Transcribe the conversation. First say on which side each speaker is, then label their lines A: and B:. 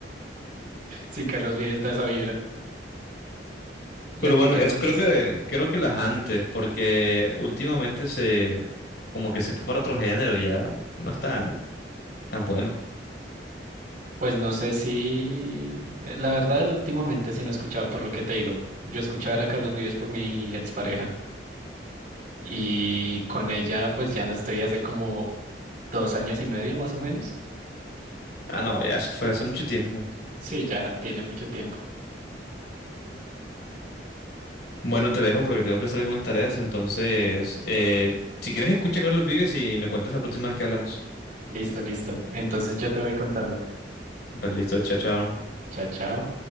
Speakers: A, on the right; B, on the left.
A: sí, Carlos Vives da esa vibra. ¿Y
B: Pero
A: a
B: bueno,
A: ti qué
B: eso
A: más?
B: creo que, creo que las antes, porque últimamente se, como que se fue para otro género, ya no es tan, tan bueno.
A: Pues no sé si, la verdad, últimamente sí no he escuchado por lo que te digo. Yo escuchaba era a Carlos Vives por mi expareja y con ella pues ya no estoy hace como dos años y medio más o menos.
B: Ah, no, ya eso fue hace mucho tiempo.
A: Sí, ya tiene mucho tiempo.
B: Bueno, te dejo porque tengo que hacer algunas tareas, entonces, eh, si quieres escucha a Carlos Vives y me cuentas la próxima vez que hablamos.
A: Listo, listo. Entonces yo te voy contando.
B: Vale, listo, chao, chao.
A: Chao, chao.